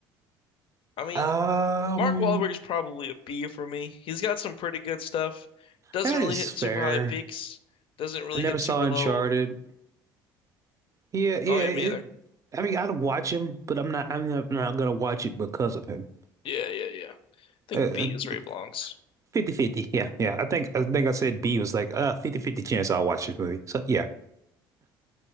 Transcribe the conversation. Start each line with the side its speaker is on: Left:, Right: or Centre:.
Left: I mean,
Right: Um,
Left: Mark Wahlberg's probably a B for me. He's got some pretty good stuff. Doesn't
Right: that
Left: really
Right: is
Left: hit
Right: fair.
Left: super high peaks. Doesn't really
Right: I never
Left: hit
Right: saw
Left: super
Right: Uncharted.
Left: low.
Right: Yeah, yeah.
Left: Oh yeah,
Right: It.
Left: me either.
Right: I mean, I'd watch him, but I'm not. I'm not, not gonna watch it because of him.
Left: Yeah, yeah, yeah. I think
Right: Uh,
Left: B
Right: uh,
Left: is where he belongs.
Right: Fifty fifty, Yeah, yeah. I think I think I said B was like uh fifty fifty chance I'll watch this movie. So yeah.